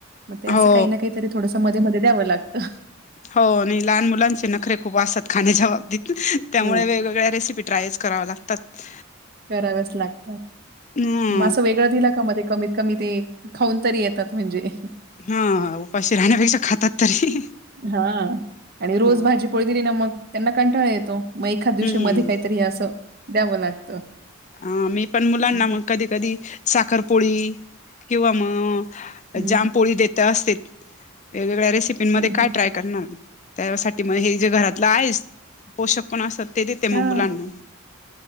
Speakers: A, on the right (about 45°); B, on the left (about 35°).
A: मग ते असं
B: हो
A: काही ना काहीतरी थोडंस मध्ये मध्ये द्यावं लागतं.
B: हो नाही लहान मुलांचे नखरे खूप असतात खाण्याच्या बाबतीत त्यामुळे
A: हो
B: वेगवेगळ्या रेसिपी ट्रायच कराव लागतात.
A: कराव्याच लागतात,
B: ह
A: मं वे <unintelligible> <unintelligible> गळ दिला का म कमीत कमी ते खाऊन तरी येतात म्हणजे
B: हा उपाशी राहण्यापेक्षा खातात तरी.
A: हा आणि रोज
B: ह
A: भाजी पोळी दिली ना मग त्यांना कंटाळा येतो. मग एखाद दिवशी
B: हम्म
A: मध्ये काहीतरी असं द्यावं लागतं.
B: अ मी पण मुलांना
A: हम्म
B: मग कधी कधी साखरपोळी किंवा मग
A: हम्म
B: जामपोळी देत असते, वेगवेगळ्या रेसिपींमध्येध्ये
A: हम्म
B: काय ट्राय करण त्यासाठी मग हे जे घरातलं आहेस पोषक पण असतात ते देते
A: हा
B: मग मुलांना.